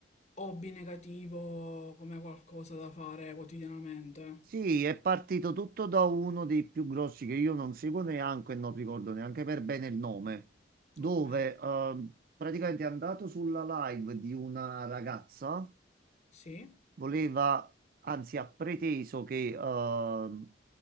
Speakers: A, on the left; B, on the right.
A: hobby negativo come qualcosa da fare quotidianamente.
B: Sì, è partito tutto da uno dei più grossi che io non seguo neanche e non ricordo neanche per bene il nome, dove
A: Ok,
B: eh, praticamente è andato sulla live di una ragazza
A: sì,
B: voleva, anzi ha preteso che ehm,